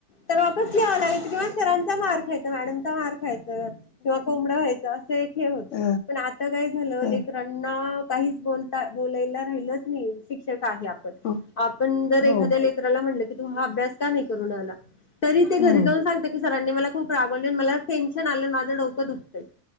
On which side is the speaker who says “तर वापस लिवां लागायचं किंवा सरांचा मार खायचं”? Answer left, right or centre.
Left